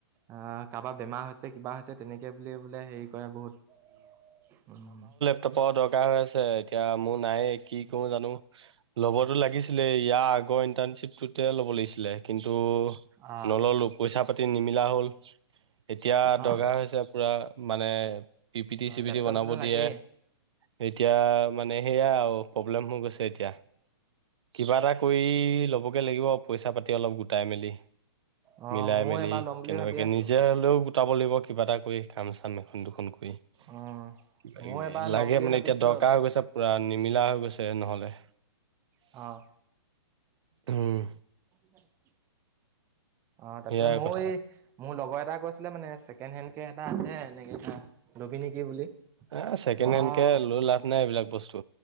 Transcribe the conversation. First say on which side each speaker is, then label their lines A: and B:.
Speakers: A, on the right (about 15°); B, on the right (about 80°).
A: অ', কাবাৰ বেমাৰ হৈছে কিবা হৈছে তেনেকৈ বুলি বোলে হেৰি কৰে বহুত, উম।
B: প দৰকাৰ হৈ আছে এতিয়া মোৰ নাইয়ে কি কৰোঁ জানোঁ, ল'বতো লাগিছে আছিলে ইয়াৰ আগৰ ইণ্টাৰ্ণশ্বিপটোতে ল'ব লাগিছিলে কিন্তু
A: আহ
B: নললোঁ। পইচা পাতি নিমিলা হ'ল। এতিয়া
A: আহ
B: দৰকাৰ হৈছে পূৰা মানে পিপিটি চিপিটি
A: লেপটপ
B: বনাব
A: এটা
B: দিয়ে।
A: লাগেই
B: এতিয়া মানে সেয়া আৰু প্ৰব্লেম হৈ গৈছে এতিয়া। কিবা এটা কৰি ল'বগৈ লাগিব পইচা পাতি অলপ গোটাই মেলি।
A: অ
B: মিলাই
A: ময়ো
B: মেলি
A: এবাৰ ল'ম বুলি
B: কেনেবাকে
A: ভাবি আছো
B: নিজে হলেও গোটাব লাগিব কিবা এটা কৰি কাম চাম এখন দুখন কৰি
A: উম
B: কিবা
A: ময়ো
B: কিবি
A: এবাৰ ল'ম
B: লাগে
A: বুলি
B: মানে
A: ভাবিছিলো
B: এতিয়া দৰকাৰ হৈ গৈছে পূৰা নিমিলা হৈ গৈছে নহ'লে।
A: অ'।
B: উম।
A: হয়। অ', তাৰপিছত
B: সেয়াই
A: মও
B: কথা
A: এই মোৰ লগৰ এটা কৈছিলে মানে ছেকেণ্ড হেণ্ড কে এটা আছে নেকি এটা লবি নেকি বুলি।
B: এ ছেকেণ্ড
A: তাৰপা
B: হেণ্ড কে লৈ লাভ নাই এইবিলাক বস্তু।